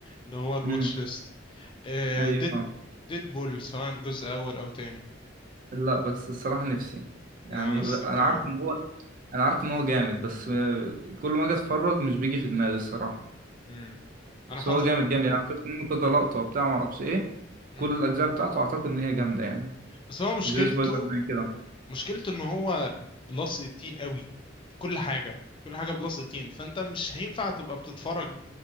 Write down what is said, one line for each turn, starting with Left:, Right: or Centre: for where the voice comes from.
Left: اللي هو الواتش
Right: امم
Left: ليست آه،
Right: ايوه
Left: ديد
Right: فاهم
Left: ديدبول سواء جزء اول او تاني
Right: لا بس الصراحه نفسي يعني
Left: مع نفس
Right: ب- انا
Left: الكلام
Right: عارف ان هو انا عارف ان هو جامد بس آه، كل ما اجي اتفرج مش بيجي في دماغي الصراحه
Left: مم.
Right: بس
Left: انا حاطط
Right: هو جامد جامد يعني أنا شفت منه كذا
Left: مم.
Right: لقطه وبتاع ما اعرفش ايه
Left: مم.
Right: كل الاجزاء بتاعته اعتقد ان هي جامده يعني
Left: بس هو مشكلته
Right: زي سبايدر مان كده
Left: مشكلته ان هو بلس 18 قوي كل حاجه كل حاجه بلس 18 فانت مش هينفع تبقى بتتفرج